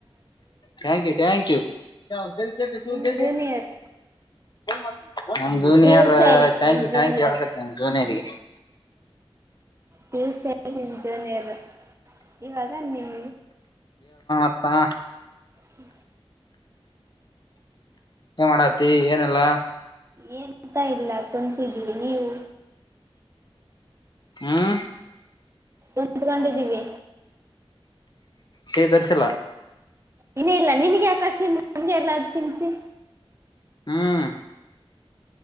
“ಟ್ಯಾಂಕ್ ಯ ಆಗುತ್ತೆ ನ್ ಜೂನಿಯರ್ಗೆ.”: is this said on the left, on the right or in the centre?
Left